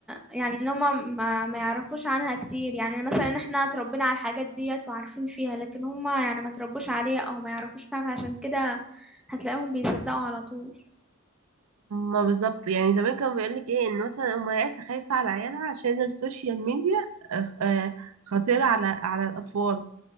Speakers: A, in the centre; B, on the right.
A: يعني ان هما ما, ما يعرفوش عنها كتير يعني مثلا احنا اتربينا على الحاجات ديت وعارفين فيها لكن هما يعني ما تربوش عليها او ما يعرفوش فيها فعشان كده هتلاقيهم بيصدقوا على طول
B: ما بالظبط يعني زمان كانوا بيقولك ايه ان مثلا امهات خايفة على عيالها عشان السوشيال ميديا آه، آه، خطيرة على على الاطفال